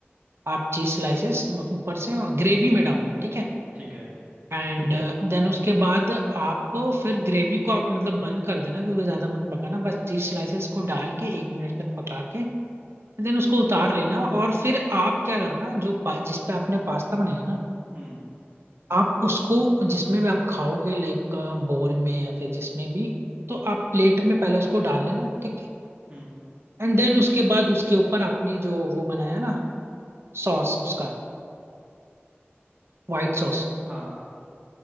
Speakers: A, on the right; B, on the right.
A: आप चीज स्लाइसेस ऊपर से ग्रेवी में डालना ठीक है
B: ठीक है
A: एंड देन उसके बाद आप फिर ग्रेवी को आप मतलब बंद कर देना क्योंकि ज्यादा मत पकाना बस चीज स्लाइसेस को डाल के एक मिनट तक पका के देन उसको उतार लेना और फिर आप क्या करना जो पा, जिस पे आपने पास्ता बनाया ना
B: हम्म
A: आप उसको जिसमें भी आप खाओगे लाइक बोल में या फिर जिसमें भी तो आप प्लेट में पहले उसको डाल लेना ठीक है
B: हम्म
A: एंड देन उसके बाद उसके ऊपर अपनी जो वो बनाया ना सॉस उसका व्हाइट सॉस
B: हाँ